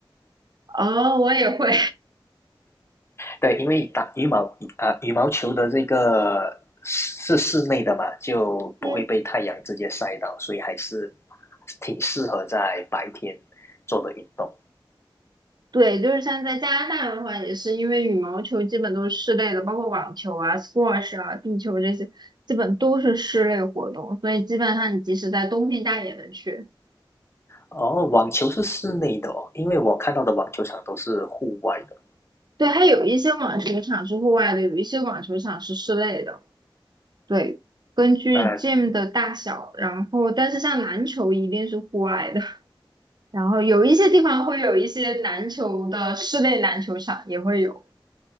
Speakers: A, on the right (about 55°); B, on the left (about 30°).
A: 哦，我也会。
B: 对，因为打羽毛啊、呃羽毛球的这个是室内的嘛，就不会被太阳直接晒到，
A: <laughs> 嗯。呢？
B: 所以还是挺适合在白天做的运动。
A: 对，就是像在加拿大的话，也是因为羽毛球基本都是室内的，包括网球啊、squash 啊、壁球这些，基本都是室内活动，所以基本上你即使在冬天，大家也能去。
B: 哦，网球是室内的哦，因为我看到的网球场都是户外的。
A: 对，还有一些网球场是户外的，有一些网球场是室内的。对，根据
B: 那
A: gym 的大小，然后但是像篮球一定是户外的，<laughs> 然后有一些地方会有一些篮球的室内篮球场也会有。